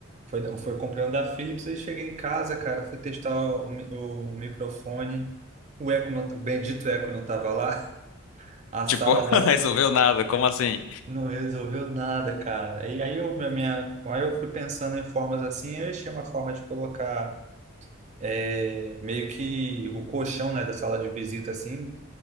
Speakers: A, on the right; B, on the left.
A: Foi, foi comprando da Philips, aí cheguei em casa, cara, fui testar o, mi- o microfone, o eco, não, o bendito eco não tava lá, <laughs> a
B: Tipo,
A: sala
B: <laughs>
A: vazia.
B: resolveu nada. Como assim?
A: Não resolveu nada, cara. E aí eu, minha, minha- aí eu fui pensando em formas assim, eu achei uma forma de colocar é, meio que o colchão, né, da sala de visita assim,